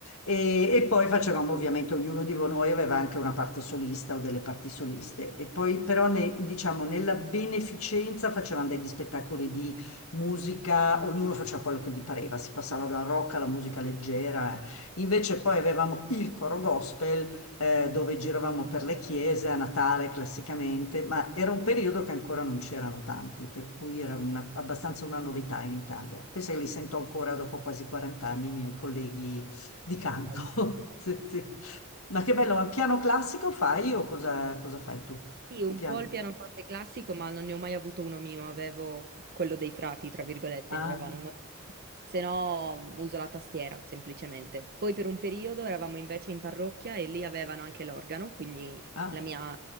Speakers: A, on the left; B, on the right.
A: E, e poi facevamo ovviamente, ognuno di noi aveva anche una parte solista o delle parti soliste. E poi però ne- diciamo, nella beneficenza facevamo degli spettacoli di musica, ognuno faceva quello che gli pareva, si passava dal rock alla musica leggera. Invece poi avevamo il coro gospel eh, dove giravamo per le chiese a Natale classicamente, ma era un periodo che ancora non c'erano tanti, per cui era una- abbastanza una novità in Italia. Penso che li sento ancora dopo quasi 40 anni, i miei colleghi di canto.
B: Bello.
A: <laughs> Sì, sì. Ma che bello, ma piano classico fai o cosa, cosa fai tu?
B: Sì,
A: Che
B: un
A: piano?
B: po' il pianoforte classico, ma non ne ho mai avuto uno mio, avevo quello dei frati, tra virgolette,
A: Ah,
B: ne avevano uno. Se no uso la tastiera, semplicemente. Poi per un periodo eravamo invece in parrocchia e lì avevano anche l'organo, quindi
A: ah.
B: la mia,